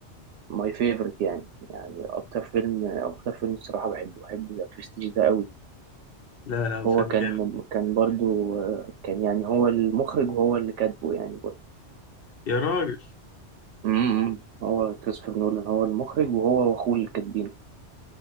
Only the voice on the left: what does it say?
لا لا هو
فيلم
جامد
يا راجل